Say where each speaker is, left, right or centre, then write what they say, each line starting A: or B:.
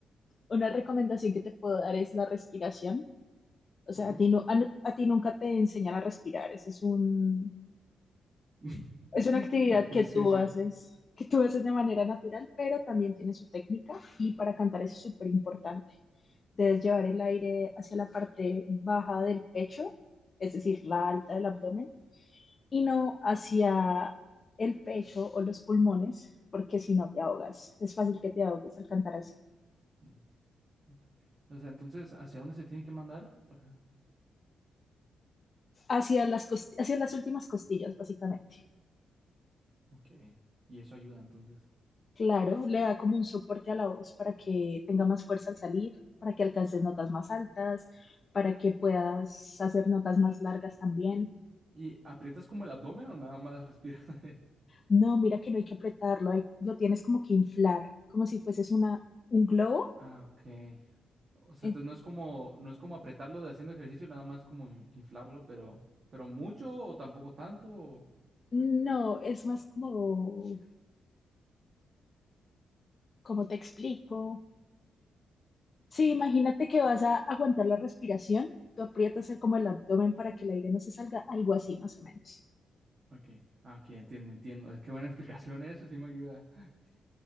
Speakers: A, on the left (about 30°); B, on the right (about 35°).
A: Una recomendación que te puedo dar es la respiración. O sea,
B: ujú.
A: a ti, no, a, nu- a ti nunca te enseñan a respirar. Ese es un,
B: <laughs>
A: es una actividad
B: Pues
A: que tú
B: sí, es cierto.
A: haces, que tú haces de manera natural, pero también tiene su técnica y para cantar es súper importante. Debes llevar el aire hacia la parte baja del pecho, es decir, la alta del abdomen, y no hacia el pecho o los pulmones, porque si no te ahogas, es fácil que te ahogues al cantar así.
B: Mm, ok. O sea, entonces, ¿hacia dónde se tiene que mandar? Para...
A: Hacia las, cost- hacia las últimas costillas, básicamente.
B: Ok. Y eso ayuda, entonces.
A: Claro, le da como un soporte a la voz para que tenga más fuerza al salir, para que alcances notas más altas, para que puedas hacer notas más largas también.
B: ¿Y aprietas como el abdomen o nada más respiras ahí? <laughs>
A: No, mira que no hay que apretarlo, hay- lo tienes como que inflar, como si fueses una, un globo.
B: Ah, ok. O sea,
A: En-
B: entonces no es como, no es como apretarlo de haciendo ejercicio, nada más como in- inflarlo, pero, pero mucho o tampoco tanto. o-
A: No, es más como, como te explico. Sí, imagínate que vas a aguantar la respiración, tú aprietas el- como el abdomen para que el aire no se salga, algo así más o menos.
B: Ok, ah, ok, entiendo, entiendo. Es que buena explicación eso, sí me ayuda. <laughs>